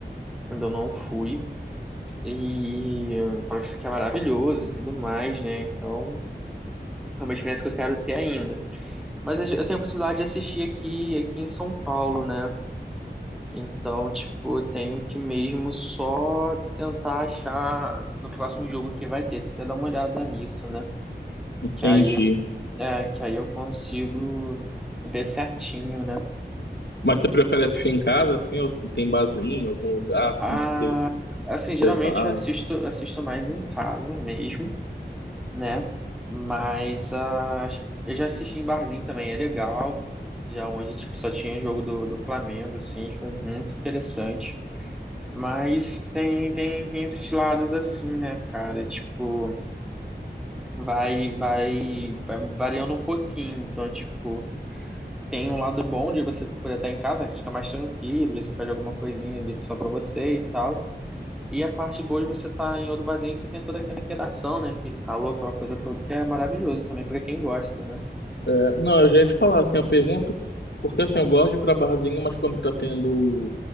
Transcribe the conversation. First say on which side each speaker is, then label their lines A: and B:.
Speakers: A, in the centre; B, on the left.
A: Ainda não fui. E eh, parece que é maravilhoso e tudo mais, né? Então, é uma experiência que eu quero ter ainda. Mas eu tenho a possibilidade de assistir aqui, aqui em São Paulo, né? Então, tipo, eu tenho que mesmo só tentar achar no próximo jogo que vai ter. Tem que até dar uma olhada nisso, né?
B: entendi.
A: Que aí É, que aí eu consigo ver certinho, né?
B: Mas você prefere assistir em casa, assim, ou tem barzinho, algum lugar, assim,
A: Ah,
B: que você,
A: assim, geralmente
B: você vai?
A: eu assisto, assisto mais em casa mesmo, né? Mas ah, acho- eu já assisti em barzinho também, é legal. Já onde tipo, só tinha jogo do, do Flamengo, assim, foi muito interessante. Mas tem, tem, tem esses lados assim, né, cara? Tipo, vai, vai, vai variando um pouquinho. Então, tipo. tem um lado bom de você poder estar em casa, né? que Você fica mais tranquilo, você pede alguma coisinha ali só pra você e tal. E a parte boa de você estar em outro barzinho é que você tem toda aquela interação, né? Aquele calor, aquela coisa toda, que é maravilhoso também pra quem gosta, né?
B: É, não, eu já ia te falar, assim, eu pergunto, porque assim, eu gosto de ir pra barzinho, mas quando tá tendo